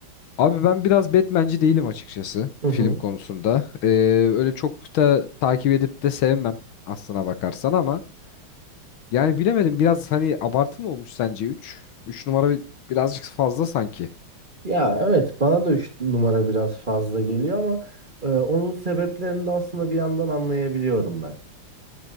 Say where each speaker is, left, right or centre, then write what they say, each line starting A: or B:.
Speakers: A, on the left (about 70°); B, on the right (about 25°).
A: Abi ben biraz Batman'ci değilim açıkçası
B: Hı
A: film
B: hı.
A: konusunda. Ee, öyle çok da takip edip de sevmem aslına bakarsan ama yani bilemedim biraz hani abartı mı olmuş sence üç üç numara bir- birazcık fazla sanki.
B: Ya evet bana da üç numara biraz fazla geliyor ama e, onun sebeplerini de aslında bir yandan anlayabiliyorum ben.